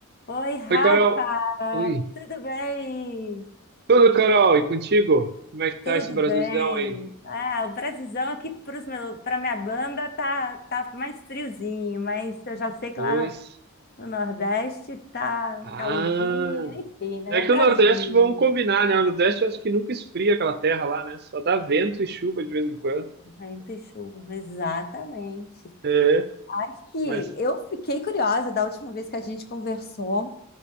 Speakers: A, on the left; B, on the right.
A: Oi, Rafa!
B: Oi, Carol. Oi.
A: Tudo bem?
B: Tudo, Carol? E contigo? Como é que tá
A: Tudo
B: esse Brasilzão
A: bem.
B: aí?
A: Ah, o Brasilzão aqui para minha banda tá, tá mais friozinho, mas eu já sei que
B: Pois.
A: lá no Nordeste tá
B: Ah.
A: um calorzinho, enfim, né?
B: É
A: É
B: que
A: Brasil,
B: o Nordeste, vamos combinar, né? O Nordeste eu acho que nunca esfria aquela terra lá, né? Só dá vento e chuva de vez em quando.
A: vento e chuva, exatamente.
B: É,
A: Aqui,
B: mas.
A: eu fiquei curiosa da última vez que a gente conversou.